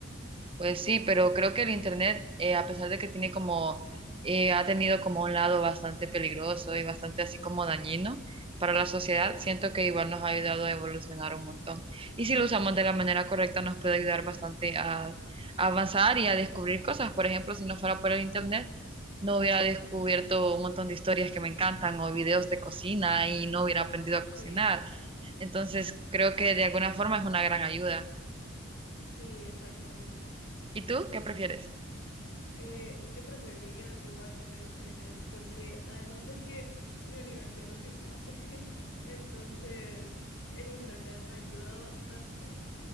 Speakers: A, on the right; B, on the left.
A: Pues sí, pero creo que el internet, eh, a pesar de que tiene como, eh, ha tenido como un lado bastante peligroso y bastante así como dañino para la sociedad, siento que igual nos ha ayudado a evolucionar un montón. Y si lo usamos de la manera correcta, nos puede ayudar bastante a, a avanzar y a descubrir cosas. Por ejemplo, si no fuera por el internet, no hubiera descubierto un montón de historias que me encantan o videos de cocina y no hubiera aprendido a cocinar.
B: Sí,
A: Entonces, creo que de alguna forma es una gran ayuda.
B: sí, exactamente.
A: ¿Y tú qué prefieres?
B: Eh, yo preferiría igual tener internet porque además de que mi universidad es virtual, <laughs> entonces el internet me ayuda bastante